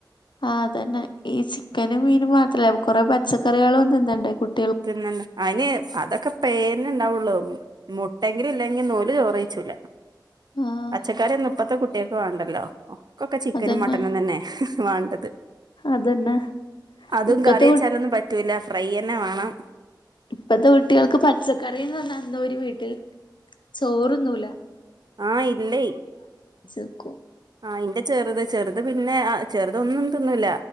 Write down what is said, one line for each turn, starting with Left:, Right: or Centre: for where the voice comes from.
Left: ആ അതന്നെ ഈ ചിക്കനും മീനും മാത്രല്ല കൊറെ പച്ചക്കറികളും തിന്നണ്ടേ കുട്ട
Right: പിതിന്നെ അതിന് അതൊക്കെ പേരിന് ഉണ്ടാവുള്ളു ണ്ടങ്കിലും ഇല്ലെങ്കിൽ ഓല് ചോറയ്ച്ചുല
Left: ആഹ്
Right: പച്ചക്കറി ഒന്ന് ഇപ്പത്തെ കുട്ടിയൊക്കെ വേണ്ടല്ലോ ഒക്കെ ചിക്കനും
Left: അതന്നെ
Right: മട്ടനും തന്നെ വണ്ടത്
Left: അതന്നെ
Right: അതും
Left: ഇപ്പത്തെ
Right: കറിയച്ചാലൊന്നും
Left: കു
Right: പറ്റൂല്ല ഫ്രൈ ന്നെ വേണം
Left: ഇപ്പത്തെ കുട്ടികൾക്ക് പച്ചക്കറിന്ന് പറഞ്ഞ അന്നൂര് വീട്ടിൽ ചോറൊന്നൂല
Right: ആ ഇല്ലേ
Left: നിക്കും
Right: ആ ഇന്റെ ചെറുതെ ചെറുത അത് പിന്നെ ചെറുതൊന്നും തിന്നൂില്ല